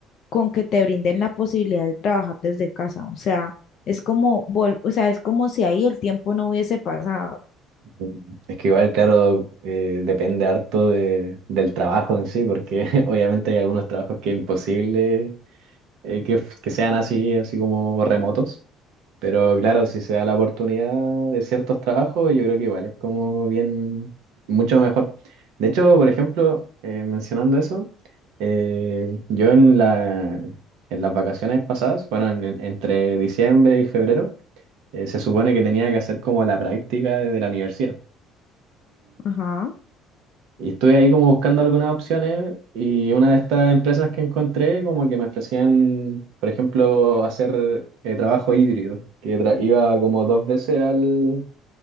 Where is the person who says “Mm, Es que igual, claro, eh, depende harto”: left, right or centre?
Right